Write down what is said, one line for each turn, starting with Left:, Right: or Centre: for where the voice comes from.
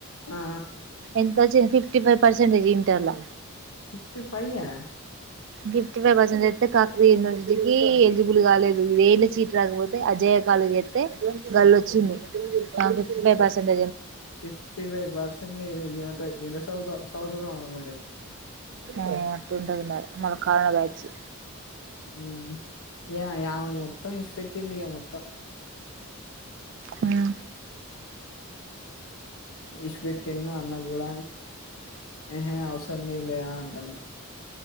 Left: ఆ
Right: ఎంత వచ్చింది ఫిఫ్టీ ఫైవ్ పర్సెంటేజ్ ఇంటర్లో
Left: fifty five yeah
Right: fifty five percent అయితే కాక్వీ యూనివర్సిటీకి ఎలిజిబుల్ కాలేదు ఇదేళ్ళ సీట్ రాకపోతే అజయ వాళ్లక్ చెప్తే వాళ్లు వచ్చిండు <unintelligible> fifty percent
Left: fifty five percent ఏంత ఎంతౌ సౌస మరి
Right: ఆ అటుంటది మరి మన కారోనా బ్యాచి
Left: ఇక యామెను మొత్తం ఇసి పెెట్టిండి ఇక మొత్తం
Right: అబా
Left: ఇడ్సిపెట్టిన్ను అన్న కూడ హే అవసరం లేదు లేదా అంటాను